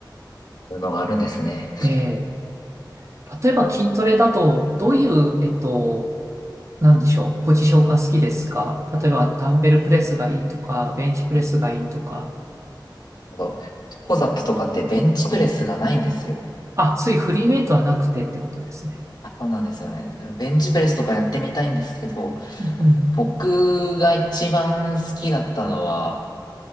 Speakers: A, on the left; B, on the right.
A: そういうのがあるんですね。
B: えー、例えば筋トレだと、どういう、えっと、なんでしょう、ポジションが好きですか例えば、ダンベルプレスがいいとか、ベンチプレスがいいとか、
A: あと、ピコザップとかってベンチプレスがないんですよ。
B: あ、そういうフリーウェイトはなくてってことですね。
A: あ、そうなんですよね。ベンチプレスとかやってみたいんですけど、
B: うんうん
A: 僕が一番好きだったのは、